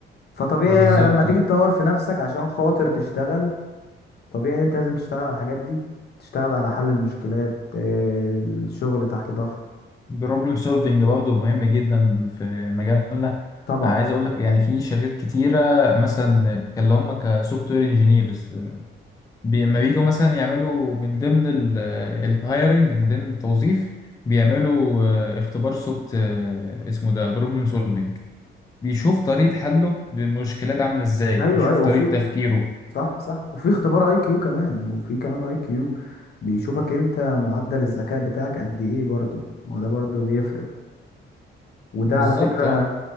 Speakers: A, on the left; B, on the left.
A: فطبيعي
B: بالظبط
A: لما تيجي
B: اه
A: تطور في نفسك عشان خاطر تشتغل طبيعي ان انت لازم تشتغل على الحاجات دي تشتغل على حل المشكلات آه، الشغل تحت ضغط
B: البروبلم سولفنج برضه مهم جدا في مجالنا
A: طبعا
B: عايز اقول لك يعني في شركات كتيره مثلا كان اللي هم كسوفت وير انجينيرز لما بييجوا مثلا يعملوا من ضمن الهايرنج من ضمن التوظيف بيعملوا آه، اختبار سوفت آه، اسمه ده بروبلم سولفنج بيشوف طريقة حله للمشكلات عاملة ازاي
A: ايوه
B: يشوف
A: ايوه
B: طريقة
A: وفي
B: تفكيره
A: صح صح وفي اختبار اي كيو كمان وفي كمان اي كيو بيشوفك انت معدل الذكاء بتاعك قد ايه برضو ما هو ده برضو بيفرق وده
B: بالظبط
A: على فكرة
B: اه